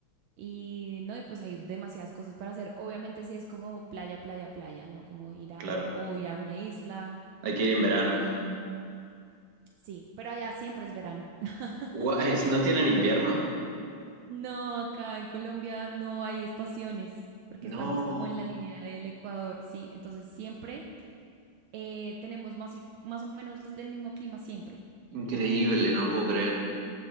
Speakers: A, on the right; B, on the right.
A: Y no, y pues hay demasiadas cosas para hacer. Obviamente sí es como playa, playa, playa, ¿no? Como ir a
B: claro.
A: hoy a una isla
B: Hay que ir en verano.
A: y sí, pero allá siempre es verano. <laughs>
B: Guay, ¿no tienen invierno?
A: No, acá en Colombia no hay estaciones porque estamos
B: No,
A: como en la línea del Ecuador, sí. Entonces siempre eh, tenemos más, y- más o menos el mismo clima siempre.
B: Increíble, no puedo creer.